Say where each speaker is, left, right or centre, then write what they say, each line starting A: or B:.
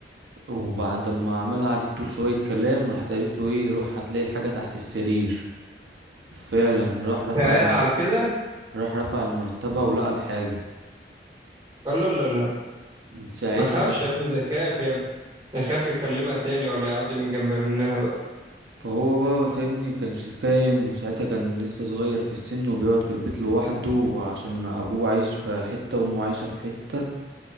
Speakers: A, on the right; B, on the right.
A: وبعد ما عملها قعدت تقول شوية كلام راحت قالت له ايه روح هتلاقي الحاجة تحت السرير فعلا راح رفع
B: فايه
A: المر...
B: على كده
A: راح رفع المرتبة ولقى الحاجة
B: لا لا لا لا
A: من ساعتها
B: ما خافش يا ابني ده خاف يا ابني ده خاف يكلمها تاني ولا يعدي من جنب منها بقى
A: فهو بقى ما فهمني مكانش فاهم وساعتها كان لسه صغير في السن وبيقعد في البيت لوحده عشان ابوه عايش في حتة وامه عايشة في حتة